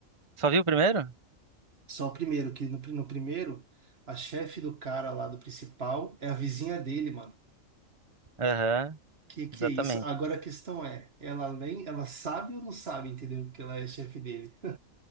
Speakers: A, on the right; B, on the right.
A: Só viu o primeiro?
B: Só o primeiro, que no, pri- no primeiro, a chefe do cara lá do principal é a vizinha dele, mano.
A: Aham,
B: Que que
A: exatamente.
B: é isso? Agora a questão é, ela nem, ela sabe ou não sabe, entendeu? Que ela é chefe dele.